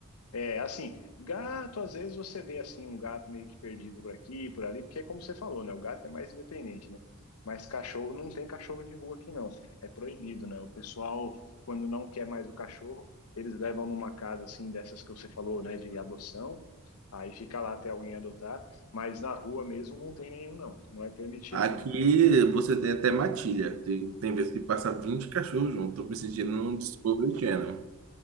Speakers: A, on the left; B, on the right.
A: É, assim, gato, às vezes você vê assim um gato meio que perdido por aqui, por ali, porque é como você falou, né? O gato é mais independente, né? Mas cachorro não tem cachorro de rua aqui não. É proibido, né? O pessoal, quando não quer mais o cachorro, eles levam numa casa assim dessas que você falou, né, de adoção. Aí fica lá até alguém adotar, mas na rua mesmo não tem nenhum não. Não é permitido
B: Aqui
A: não.
B: você tem até matilha, tem, tem vezes que passa 20 cachorros junto, tô me sentindo num Discovery Channel.